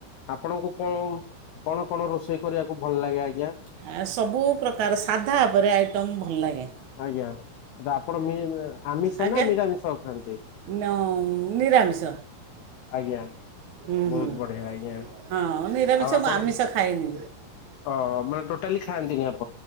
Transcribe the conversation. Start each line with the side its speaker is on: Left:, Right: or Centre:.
Left: ଆପଣଙ୍କୁ କଣ କଣ କଣ ରୋଷେଇ କରିବାକୁ ଭଲ ଲାଗେ ଆଜ୍ଞା।
Right: ଆ ସବୁ ପ୍ରକାର ସାଧା ଉପରେ ଆଇଟମ ଭଲଲାଗେ।
Left: ଆଜ୍ଞା ଆପଣ ଆମିଷ
Right: ଆଜ୍ଞା
Left: ନା ନିରାମିଷ ଖାଆନ୍ତି? <inaudible>
Right: ନ- ନିରାମିଷ
Left: ଆଜ୍ଞା।
Right: ହୁଁ
Left: ବହୁତ
Right: ହୁଁ
Left: ବଢିଆ ଆଜ୍ଞା
Right: ହଁ ନିରାମିଷ
Left: ଆଉ ଆପଣ
Right: ମୁଁ ଆମିଷ
Left: <inaudible>
Right: ଖାଏନି
Left: ଅ ମାନେ ଟୋଟାଲି ଖାଆନ୍ତିିନି ଆଉ